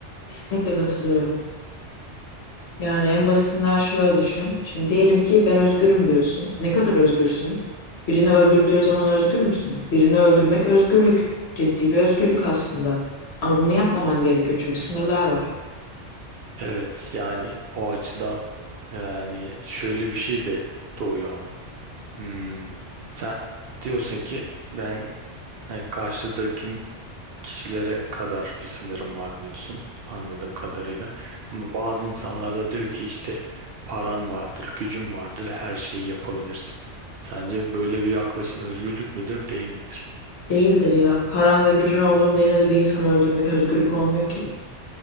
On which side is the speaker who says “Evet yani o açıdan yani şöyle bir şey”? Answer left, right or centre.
Right